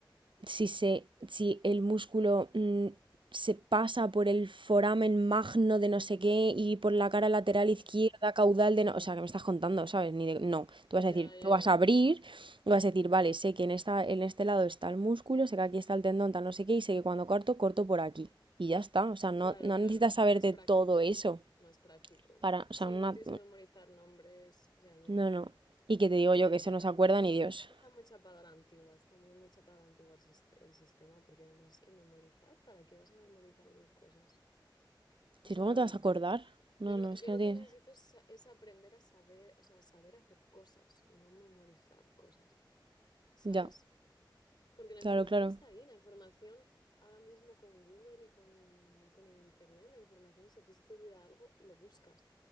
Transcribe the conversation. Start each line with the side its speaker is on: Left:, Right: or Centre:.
Right: si, se, si el músculo mm, se pasa por el foramen magno de no sé qué y por la cara lateral
Left: <laughs>
Right: izquierda, caudal de no... O sea, que me estás contando, ¿sabes? Ni de- No,
Left: Ya,
Right: tú vas a decir,
Left: ya,
Right: tú vas
Left: ya.
Right: a abrir, y vas a decir, vale, sé que en, esta, en este lado está el músculo, sé que aquí está el tendón, tal no sé qué, y sé que cuando corto, corto por aquí. Y ya está, o sea, no,
Left: Claro,
Right: no
Left: claro.
Right: necesitas saberte
Left: Más práctico.
Right: todo eso
Left: Más práctico.
Right: para, o
Left: Sí,
Right: sea, una...
Left: no tienes que memorizar nombres. Ya, ya.
Right: No, no. Y que te digo
Left: Ya,
Right: yo que
Left: tía,
Right: eso no
Left: también.
Right: se acuerda ni Dios.
Left: Es que está muy chapada a la antigua. Está muy, muy chapada a la antigua el, sis- el sistema. Porque además es que memorizar. ¿Para qué vas a memorizar mil cosas? O
Right: Si
Left: sea,
Right: luego no te
Left: mm,
Right: vas a acordar. No,
Left: yo lo,
Right: no,
Left: yo
Right: es que
Left: lo
Right: no tienes...
Left: que necesito es, sa- es aprender a saber, o sea, saber hacer cosas, no memorizar cosas. ¿Sabes?
Right: Ya,
Left: Porque la
Right: claro,
Left: información
Right: claro.
Left: está ahí, la información ahora mismo con Google y con, con el Internet, la información, si a ti se te olvida algo, lo buscas.